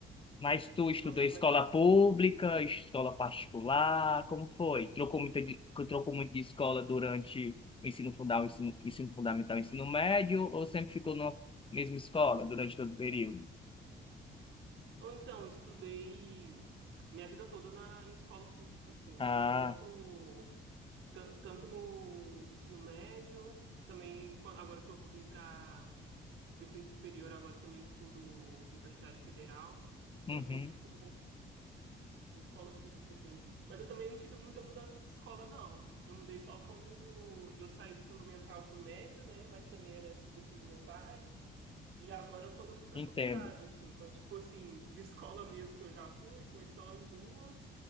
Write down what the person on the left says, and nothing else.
Mas tu estudou
escola
pública, escola particular, como foi? Trocou muita de, trocou muito de escola durante o ensino fundamental, ensino, ensino fundamental, ensino médio, ou sempre ficou na mesma escola durante todo o período?
Ah,
uhum,
entendo.